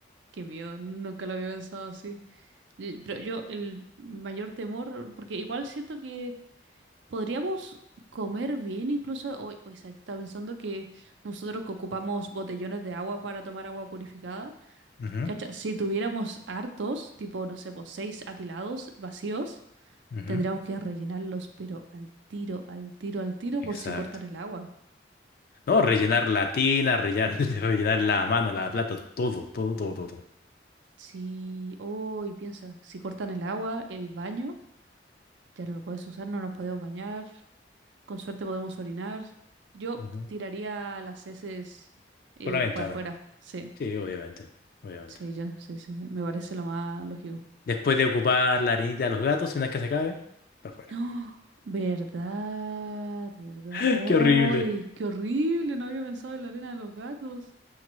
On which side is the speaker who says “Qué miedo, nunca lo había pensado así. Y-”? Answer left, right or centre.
Right